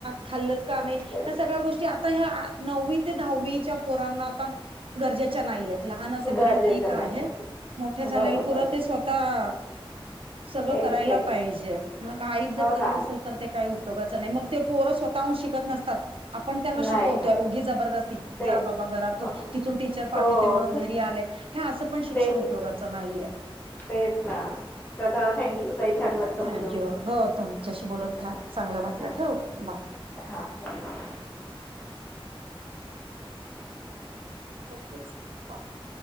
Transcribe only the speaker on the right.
खाल्ल का नाही
ह सगळ्या गोष्टी आता ह दहावीच्या पोरांना आता गरजेच्या नाहीयेत लहान असेपर्यंत
ठीक आहे
मोठे झालेले
पुर ते स्वतः आता सगळं
करायला
पाहिजे मग आई जर
करत
असेल तर ते काही उपयोगाच नाही मग ते पोरं स्वतःहून शिकत नसतात आपण त्यांना
शिकवतोय
उगी जबरदत
जा बाबा घरातून
तिथून टीचर पाठवते
म्हणून घरी आले हे असं पण शिक्षण
उपयोगाचं
नाहीय
थँक्यू
हो तुमच्याशी बोलून
चांगलं वाटलं ठेवू का बाय
थँक्यू बाय.